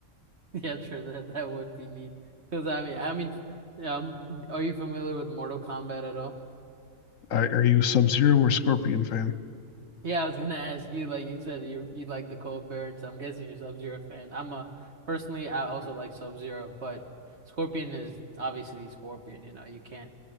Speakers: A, on the right (about 50°); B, on the left (about 65°).
A: Yeah, sure. That that would be neat. Because I mean, I mean, um, are you familiar with Mortal Kombat at all?
B: Are are you a Sub-Zero or Scorpion fan?
A: Yeah, I was gonna ask you. Like you said, you you like the Cold Bear, so I'm guessing you're Sub-Zero fan. I'm a personally, I also like Sub-Zero, but Scorpion is obviously Scorpion. You know, you can't.